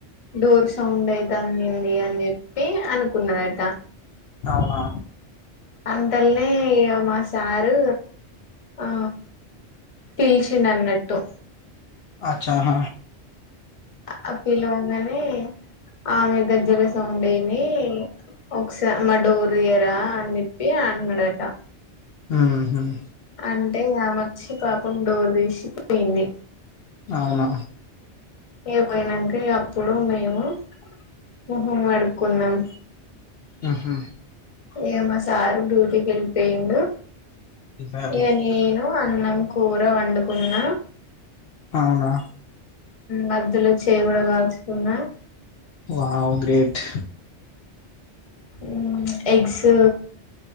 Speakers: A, on the left; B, on the left.
A: డోర్ సౌండ్ అయిత్ తన్ని అన్ని చెప్ ఏంటి అనుకుందట
B: అవునా
A: అంతల్నే ఇగ మా సారు ఆ పీల్చిడనట్టు
B: అచ్చా హ
A: ఆ పిలవంగానే ఆమె గజ్జ గజ్జ సౌండ్ విని ఒకసారీ మా డోర్ తీయరా అని చేపి అన్నాడంట
B: హమ్
A: అంటే ఆమో వచ్చి పాపం డోర్ తీసి తీచిపోయింది
B: అవునా
A: ఇగ పోయినాక అపుడు మేము మొహం కడుపుకున్నాం
B: ఉహ్ హు
A: ఏమో సారు డ్యూటీకి వెళ్ళిపోయిడు
B: వెళ్ళిపోయారు
A: ఏను నే ను అన్నం కూర వండుకున్న
B: అవునా
A: మధ్యలో చెయ్య కూడా కాల్చుకున్న
B: వావ్ గ్రేట్
A: హమ్ ఎగ్గ్సు